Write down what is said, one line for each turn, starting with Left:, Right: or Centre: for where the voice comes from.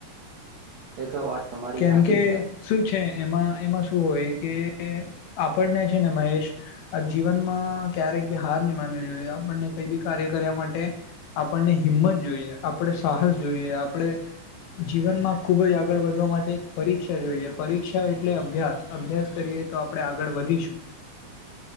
Right: એ તો વાત તમારી
Left: કેમ
Right: સાચી
Left: કે
Right: છે
Left: શું છે એમાં એમાં શું હોય, કે આપણને છે ને મહેશ, આ જીવનમાં ક્યારેક બી હાર ની માનવી જોયે આપણને કઈ બી કાર્ય કર્યા માટે આપણને હિંમત જોઈએ, આપણે સાહસ જોઈએ, આપણે જીવનમાં ખુબ જ આગળ વધવા મા આપડે પરીક્ષા જોઈએ પરીક્ષા એટલે અભ્યાસ અભ્યાસ કરીએ તો આપણેે આગળ વધીશું